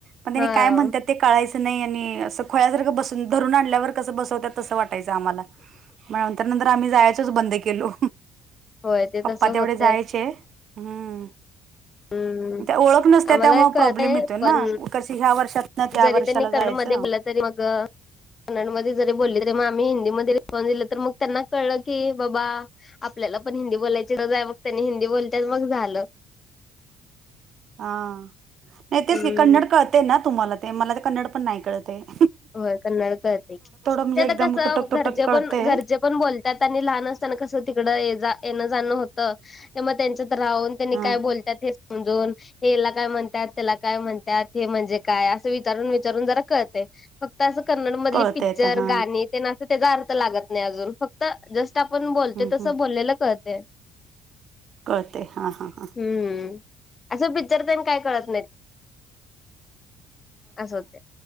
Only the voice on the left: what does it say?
हा
होय ते
तसं
होतंय.
हम्म
आम्हाला
कळतंय
पण
जरी
त्यांनी
कन्नडमध्ये बोलला तरी मग कन्नड मध्ये जरी बोलले तरी मग आम्ही हिंदीमध्ये रिस्पॉन्स दिले तर मग त्यांना कळलं की बाबा आपल्याला पण हिंदी बोलायची गरज आहे मग त्यांनी हिंदी बोलत्याल मग झालं.
हम्म
होय कन्नड कळते.
ते आता
कस
घरचे
पण घरचे पण बोलतात आणि लहान असताना कस तिकड जा येणं जाणं होत त्यामुळे त्यांच्यात राहून त्यांनी
काय बोलतात हे समजून हे याला काय म्हणतात, त्याला काय म्हणतात, हे म्हणजे काय असं विचारून विचारून जरा कळतय. फक्त असं कन्नड मधली
पिक्चर,
गाणी ते ना त्याचा अर्थ लागत नाही अजून, फक्त जस आपण बोलतो
तसं
बोललेलं कळतय.
हम्म असं पिक्चर तेन काय कळत नाही. अस होते